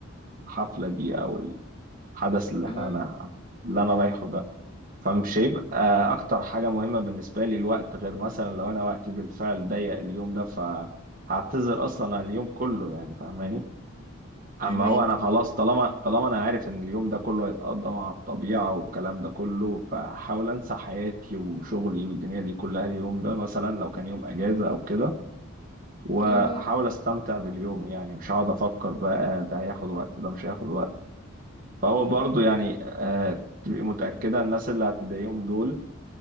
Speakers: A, on the right (about 40°); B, on the left (about 25°).
A: الحفلة دي او الحدث اللي احنا
B: اها
A: أنا- اللي انا رايحه ده فمش هيبقى اكتر حاجة مهمة بالنسبة لي الوقت غير مثلا لو انا وقتي بالفعل ضيق اليوم ده فهعتذر اصلا عن اليوم كله يعني فاهماني اما
B: فهماك
A: هو انا خلاص
B: اه
A: طالما طالما انا عارف ان اليوم ده كله هيتقضى مع الطبيعة والكلام ده كله فحاول انسى حياتي وشغلي والدنيا دي كلها اليوم ده مثلا لو كان يوم اجازة او كده واحاول
B: اها
A: استمتع باليوم يعني مش هقعد افكر بقى ده هياخد وقت ده مش هياخد وقت فهو برضو يعني آه، تبقي متأكدة الناس اللي هتضايقهم دول